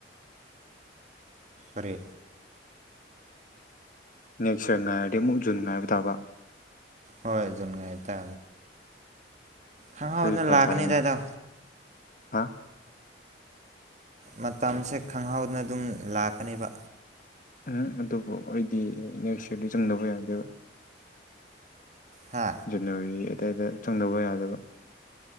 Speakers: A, on the right (about 40°); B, on the left (about 45°).
A: ꯑꯦ
B: ꯅꯦꯛꯁꯔ ꯉꯥꯏꯔꯗꯤ ꯑꯃꯨꯛ ꯖꯨꯟ ꯉꯥꯏꯕ ꯇꯥꯕ
A: ꯍꯣꯏꯖꯣꯟꯒꯥꯏ ꯇ ꯍꯪꯉꯥꯎ
B: ꯑꯗꯨꯗꯤ
A: ꯑꯗꯨꯅ
B: ꯐꯔꯛ
A: ꯂꯥꯛꯥꯛꯅꯤꯗꯗꯣ
B: ꯇꯥꯏꯅꯦ ꯍꯥ
A: ꯃꯇꯝꯁꯦ ꯈꯪꯍꯧꯗꯅ ꯑꯗꯨꯝ ꯂꯥꯛꯀꯅꯦꯕ
B: ꯎꯝ ꯑꯗꯨꯕꯨ ꯑꯩꯗꯤ ꯅꯦꯛꯁ ꯏꯌꯥꯔꯗꯤ ꯆꯪꯗꯕ ꯌꯥꯗꯦꯕ
A: ꯍꯥ
B: ꯖꯅꯋꯥꯔꯤ ꯑꯗꯨꯋꯥꯏꯗ ꯆꯪꯗꯧꯕ ꯌꯥꯗꯕ